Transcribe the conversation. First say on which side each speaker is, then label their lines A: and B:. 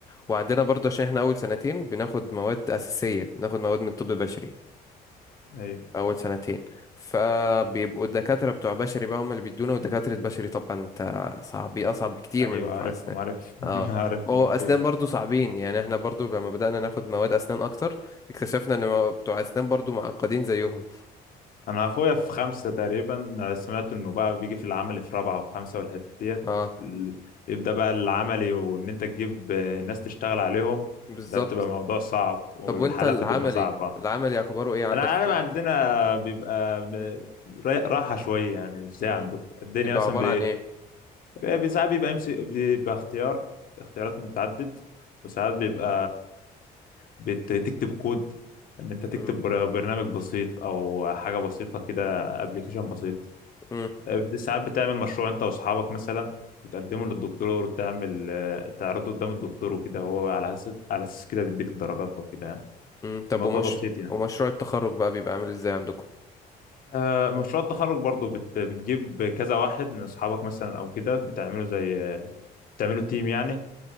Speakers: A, on the left (about 20°); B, on the left (about 55°).
A: وعندنا برضو عشان احنا أول سنتين بناخد مواد أساسية بناخد مواد من طب بشري
B: ايوه
A: اول سنتين فبيبقوا الدكاتره بتوع بشري بقى هم اللي بيدونا ودكاتره بشري طبعا انت صعب اصعب بكتير
B: ايوه
A: من بتوع
B: عارفهم
A: اسنان
B: عارفهم <laughs>
A: اه
B: عارفهم
A: هو اسنان
B: في إيه.
A: برضو صعبين يعني احنا برضو لما بدأنا ناخد مواد اسنان اكتر اكتشفنا ان بتوع اسنان برضو معقدين زيهم
B: انا اخويا في خمسه تقريبا سمعت انه بقى بيجي في العمل في رابعه وخمسه والحته ديت
A: اه
B: ال- يبدا بقى العملي وان انت تجيب ناس تشتغل عليهم
A: بالظبط
B: ده بتبقى موضوع صعب والحالات
A: طب وانت العملي
B: بتبقى صعبه
A: العملي اخباره ايه عندك
B: انا عارف
A: في كليتك
B: عندنا بيبقى م- راحه شويه يعني مش زي عندكم
A: مم.
B: الدنيا
A: بيبقى
B: مثلا
A: عبارة عن ايه
B: بي- ساعات بيبقى امسك بيبقى اختيار اختيارات متعدد وساعات بيبقى بتكتب كود ان انت تكتب
A: مم.
B: بر- برنامج بسيط او حاجه بسيطه كده ابلكيشن بسيط
A: مم.
B: ساعات بتعمل مشروع انت واصحابك مثلا وتقدمه للدكتور وتعمل آه، تعرضه قدام الدكتور وكده هو على اساس على اساس كده بيديك الدرجات او كده يعني
A: مم. طب
B: الموضوع
A: ومش...
B: بسيط يعني
A: ومشروع التخرج بقى بيبقى عامل ازاي عندكم
B: آه، مشروع التخرج برضو بت... بتجيب كذا واحد من اصحابك مثلا او كده بتعملوا زي بتعملوا تيم يعني